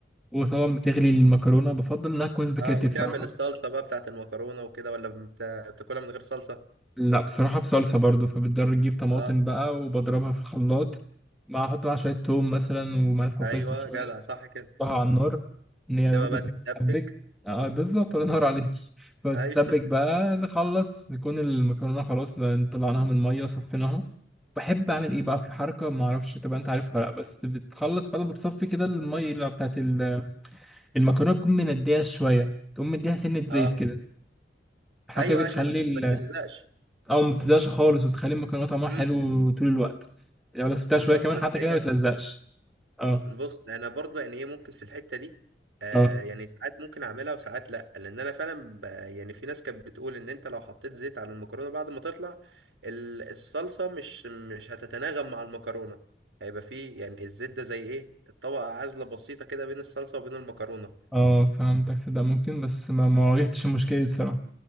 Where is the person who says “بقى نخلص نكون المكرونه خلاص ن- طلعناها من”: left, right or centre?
Centre